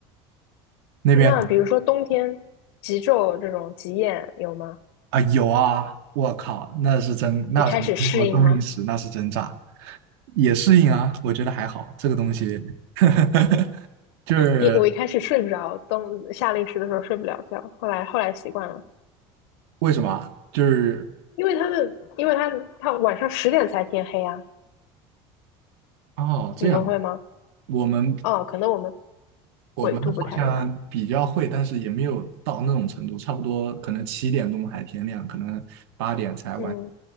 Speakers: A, on the right; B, on the left.
A: 那边
B: 那比如说冬天极昼这种极夜有吗？
A: 啊有啊，我靠，那是真，那是中国冬令时，
B: 你开始适应吗？
A: 那是真炸，也适应啊，我觉得还好，这个东西 <laughs> 就是
B: 一我一开始睡不着，冬夏令时的时候睡不了觉，后来后来习惯了，
A: 为什么啊就是
B: 因为他们，因为他他晚上十点才天黑啊，
A: 哦这样，
B: 你们会吗？
A: 我们
B: 哦，可能我们
A: 我们好像比较会，
B: 纬度不太一样，
A: 但是也没有到那种程度，差不多可能七点钟还天亮，可能八点才完
B: 嗯